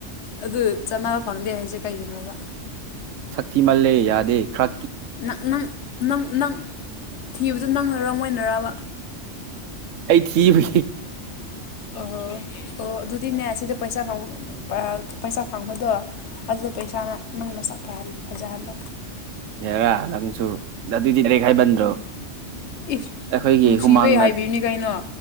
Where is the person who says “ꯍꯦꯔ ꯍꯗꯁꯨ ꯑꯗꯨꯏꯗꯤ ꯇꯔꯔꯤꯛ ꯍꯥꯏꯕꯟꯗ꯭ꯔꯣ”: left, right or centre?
Right